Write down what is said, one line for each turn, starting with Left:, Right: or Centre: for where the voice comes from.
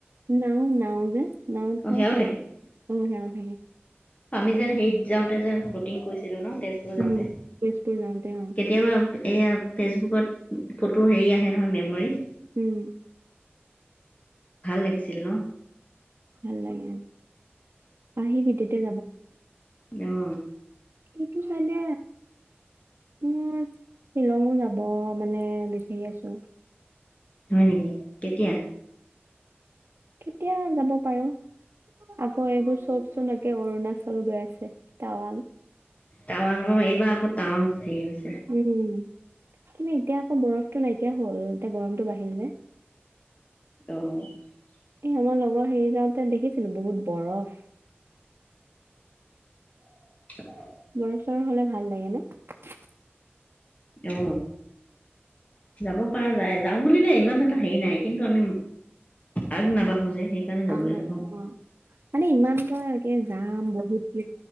Right: নাওঁ নাওঁ যে। নাওঁ
Left: অ
Right: চাওঁ
Left: সেয়াও
Right: চলা
Left: থাকে
Right: অ সেয়াও থাকে।
Left: আমি যেন হেৰিত যাওঁতে যেন, বটিং কৰিছিলোঁ ন। তেজপুৰ যাওঁতে
Right: উম, তেজপুৰ যাওঁতে অ।
Left: কেতিয়াবা এইয়া ফেচবুকত ফটো হেৰি আহে নহয় মেমৰি।
Right: উম।
Left: ভাল লাগিছিল ন?
Right: ভাল লাগে অ আহিবি তেতিয়া
Left: অ।
Right: এইটো চাইে, মই শ্বিলঙো যাব, মানে বিচাৰি আছোঁ।
Left: হয় নেকি? কেতিয়া?
Right: কেতিয়া যাব পাৰোঁ, আকৌ এইবোৰ চবচোন একে অৰুণাচল গৈ আছে, টাৱাং।
Left: টাৱাং অ, এইবাৰ আকৌ টাৱাং হেৰি হৈছে।
Right: উম। কিন্তু এতিয়া আকৌ বৰফটো নাইকিয়া। হ'ল এতিয়া গৰমটো বাঢ়িল যে।
Left: আহ।
Right: এ আমাৰ লগৰ হেৰি যাওঁতে দেখিছিলো, বহুত বৰফ্।
Left: <inaudible>
Right: বৰফ চৰফ হলে ভাল লাগে ন?
Left: অ। যাব পৰা যায়। যাওঁ বুলিলে ইমান এটা হেৰি নাই। কিন্তু আমি, আগ নাবাঢ়ো যে। সেইকাৰণে যাবলৈ
Right: আগ নাবাঢ়ো
Left: নাপাওঁ
Right: অ', মানে ইমান পুৱা একে যাম বহুত